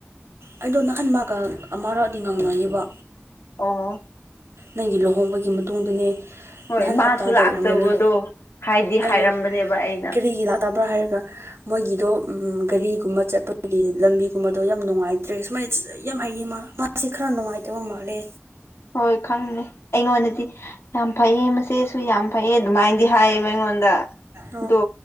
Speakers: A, on the right (about 75°); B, on the left (about 75°).
A: ꯑꯩꯗꯣ ꯅꯍꯥꯟ ꯃꯥꯒ ꯑꯃꯔꯛꯗꯤ ꯉꯥꯡꯅꯩꯌꯦꯕ
B: ꯑꯣ
A: ꯅꯪꯒꯤ ꯂꯨꯍꯣꯡꯕꯒꯤ ꯃꯇꯨꯡꯗꯅꯦ
B: ꯍꯣꯏ
A: ꯅꯍꯥꯟ
B: ꯃꯥꯁꯨ
A: ꯍꯞꯇꯥꯗ
B: ꯂꯥꯛꯇꯕꯗꯣ
A: ꯑꯣꯏꯔꯝꯒꯅꯤ
B: ꯍꯥꯏꯗꯤ
A: ꯑꯩꯅ
B: ꯍꯥꯏꯔꯝꯕꯅꯦꯕ ꯑꯩꯅ
A: ꯀꯔꯤꯒꯤ ꯂꯥꯛꯇꯕ꯭ꯔꯥ ꯍꯥꯏꯔꯒ ꯃꯣꯏꯒꯤꯗꯣ ꯒꯥꯔꯤꯒꯨꯝꯕ ꯆꯠꯄꯒꯤ ꯂꯝꯕꯤꯒꯨꯝꯕꯗꯣ ꯌꯥꯝ ꯅꯨꯡꯉꯥꯏꯇ꯭ꯔꯦ ꯁꯨꯃꯥꯏꯅ ꯌꯥꯝ ꯍꯩꯌꯦ ꯃꯥ ꯁꯤ ꯈꯔ ꯅꯨꯡꯉꯥꯏꯇꯕ ꯃꯥꯜꯂꯦ
B: ꯍꯣꯏ ꯈꯪꯅꯤ ꯑꯩꯉꯣꯟꯗꯗꯤ ꯌꯥꯝ ꯐꯩꯌꯦ ꯃꯆꯦꯁꯨ ꯌꯥꯝ ꯐꯩꯌꯦ ꯑꯗꯨꯃꯥꯏꯅꯗꯤ ꯍꯥꯏꯌꯦꯕ ꯑꯩꯉꯣꯟꯗ
A: ꯑꯣ
B: ꯗꯣ